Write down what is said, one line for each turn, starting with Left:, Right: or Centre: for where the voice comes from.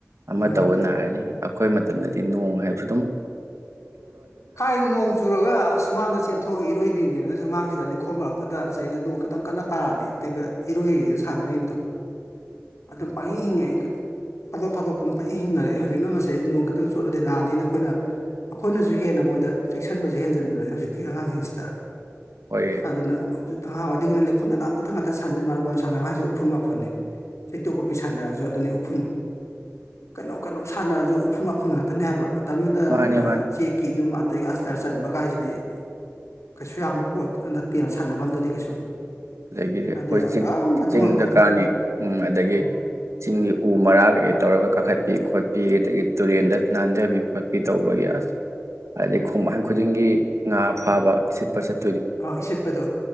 Right: ꯑꯃ
Left: ꯃꯥꯅꯦ
Right: ꯇꯧꯕ ꯅꯥꯏꯔꯅꯤ ꯑꯩꯈꯣꯏ ꯃꯇꯝꯗꯗꯤ ꯅꯣꯡ ꯇ
Left: ꯀꯥꯏꯅ ꯅꯣꯡ ꯆꯨꯔꯒ ꯁꯨꯃꯥꯡꯅ ꯆꯦꯟꯊꯣꯛ ꯏꯔꯣꯏꯔꯤꯅꯦꯅ ꯍꯛꯃꯥꯡꯁꯤꯗ ꯂꯩꯈꯣꯝ ꯃꯔꯛꯇꯨꯗ ꯏꯁꯩꯁꯤꯗ ꯅꯣꯡ ꯈꯤꯇꯪ ꯀꯟꯅ ꯇꯥꯔꯑꯗꯤ ꯑꯩꯕ ꯏꯔꯣꯏꯔꯤꯅ ꯁꯥꯟꯅꯔꯤꯅꯤꯗꯣ ꯑꯗꯨꯝ ꯄꯥꯛꯤꯡ ꯍꯤꯡꯉꯛꯑꯏ ꯊꯥꯗꯣꯛ ꯊꯥꯗꯣꯛꯇꯨꯅ ꯄꯪꯤꯡ ꯍꯤꯡꯅꯔꯛꯑꯦ ꯍꯧꯖꯤꯛꯅ ꯃꯁꯤꯁꯁꯤ ꯅꯣꯡ ꯈꯤꯇꯪ ꯆꯣꯠꯂꯗꯤ ꯅꯥꯅꯤꯅ ꯑꯩꯈꯣꯏꯅ ꯑꯩꯈꯣꯏꯅꯁꯨ ꯍꯦꯟꯅ ꯃꯣꯏꯗ ꯆꯦꯛꯁꯤꯟꯕꯁꯦ ꯍꯦꯟꯖꯤꯟꯟꯅꯔꯅꯤ ꯍꯧꯖꯤꯛꯤꯀꯤ ꯑꯉꯥꯡꯁꯤꯡꯁꯤꯗ
Right: ꯍꯣꯏ
Left: ꯑꯗꯨꯅ ꯍꯧꯖꯤ ꯊꯪꯍꯥꯋꯥꯏꯗꯤꯒꯅ ꯂꯩꯈꯣꯝꯗꯅꯅꯥꯝ ꯑꯃꯨꯛꯇ ꯉꯥꯛꯇ ꯁꯥꯟꯅꯖꯁꯦ ꯃꯥꯔꯕꯣꯟꯜ ꯁꯥꯟꯅꯕ ꯍꯥꯏꯁꯨ ꯎꯐꯨꯟ ꯋꯥꯄꯨꯅꯤ ꯆꯩꯇꯣꯛꯀꯣꯠꯄꯤ ꯁꯥꯟꯅꯔꯁꯨ ꯑꯗꯨꯅꯤ ꯎꯐꯨꯟ ꯀꯩꯅꯣꯝ ꯀꯩꯅꯣꯝ ꯁꯥꯟꯅꯔꯁꯨ ꯎꯐꯨꯟ ꯋꯥꯐꯨꯟ ꯉꯥꯛꯇꯅꯤ ꯍꯥꯏꯕ ꯇꯃꯤꯗ
Right: ꯃꯥꯅꯦ ꯃꯥꯅꯦ
Left: ꯆꯦꯛ ꯌꯨꯝ ꯑꯗꯒꯤ ꯑꯁꯇꯔ ꯆꯟꯕ ꯀꯥꯏꯁꯤꯗꯤ ꯀꯩꯁꯨ ꯌꯥꯝꯕ ꯄꯣꯠꯇ ꯅꯠꯇꯦꯕ ꯁꯥꯟꯅꯅꯕ ꯑꯝꯗꯗꯤ ꯀꯩꯁꯨ
Right: ꯑꯗꯒꯤꯗꯤ ꯑꯩꯈꯣꯏ
Left: ꯑꯗꯨ ꯑꯗꯨꯝ
Right: ꯆꯤꯡ
Left: ꯑꯗꯨ
Right: ꯆꯤꯡ
Left: ꯉꯥꯛꯇꯅꯤ
Right: ꯗꯔꯀꯥꯔꯅꯤ ꯎ ꯑꯗꯒꯤ
Left: ꯎꯝ
Right: ꯆꯤꯡꯒꯤ ꯎ ꯃꯔꯥ ꯀꯩꯀꯩ ꯇꯧꯔꯒ ꯀꯥꯈꯠꯄꯤ ꯈꯣꯠꯄꯤ ꯑꯗꯒꯤ ꯇꯨꯔꯦꯟꯗ ꯅꯥꯟꯊꯕꯤ ꯈꯣꯠꯄꯤ ꯇꯧꯕꯒꯤ ꯑꯁ ꯑꯗꯤ ꯈꯣꯡ ꯃ ꯈꯨꯗꯤꯡꯒꯤ ꯉꯥ ꯐꯥꯕ ꯏ ꯁꯤꯠꯄꯁꯤꯠ
Left: ꯑ ꯏꯁꯠꯄꯗꯣ